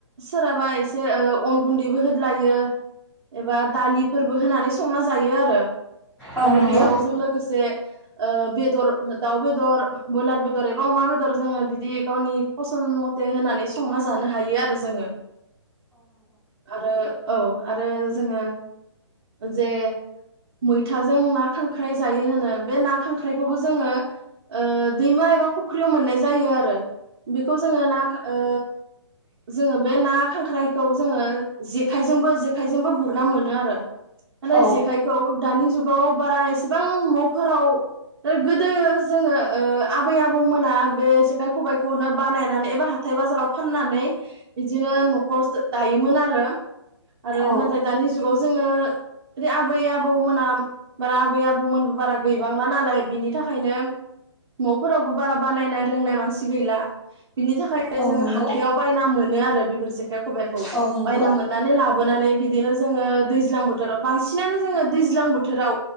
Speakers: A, on the right; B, in the centre.
A: सोरहाबा एसे ओ अन गुन्दैबो होदलायो। एबा दालिफोर बो होनानै संना जायो आरो।
B: औ नंगौ
A: आरो बेयाव जों लोगोसे ओ बेदर दाउ बेदर बयलार बे बेदर एबा अमा बेदर जोङो बिदि गावनि फसन मथे होनानै संना जानो हायो आरो जोङो । आरो औ आरो जोङो जे मैथाजों ना खांख्राइ जायो होनो बे ना खांख्राइखौबो जोङो ओ दैमा एबा फुख्रियाव मोननाय जायो आरो। बेखौ जोङो ना ओ जोङो बे ना खांख्राइखौ जोङो जेखायजोंबो जेखायजोंबो गुरना मोनो आरो। नाथाय
B: औ
A: जेखायखौ दानि जुगाव बारा एसेबां न'फोराव ओ गोदो जोङो ओ आबै आबौमोना बे जेखाइ खबाइखौनो बानायनानै एबा हाथाय बाजाराव फाननानै बिदिनो न'खर जो दायोमोन आरो आरो
B: औ
A: नाथाय दानि जुगाव जोङो इदि आबै आबौमोना बारा आबै आबौमोनबो बारा गैबांला नालाय बिनि थाखायनो न'फोरावबो बारा बानायनाय रोंनाय मानसि गैला। बिनि थाखायनो
B: औ
A: जोङो
B: नंगौ
A: हाथायाव बायना मोनो आरो बेफोर जेखाइ ख'बाइ खौ
B: औ नंगौ
A: बायना मोननानै ला बोनानै बिदिनो जोङो दैज्लां बोथोराव बांसिनानो जोङो दैज्लां बोथोराव